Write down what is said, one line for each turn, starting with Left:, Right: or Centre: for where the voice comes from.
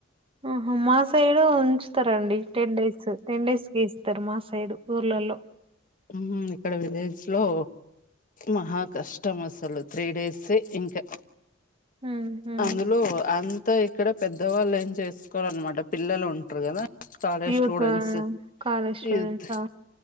Right: ఆహ మా సైడు ఉంచుతరండి టెన్ డేస్, టెన్ డేస్ కిస్తరు మా సైడు ఊర్లలో
Left: హు ఇక్కడ విలేజ్ లో మహా కష్టం అసలు త్రీ డేసే ఇంకా
Right: ఉహు
Left: అందులో అంతా ఇక్కడ పెద్దవాళ్ళు ఏం చేసుకోరనమాట పిల్లలు ఉంటారు కదా college
Right: youth
Left: students
Right: college స్టూడెంట్సా
Left: youth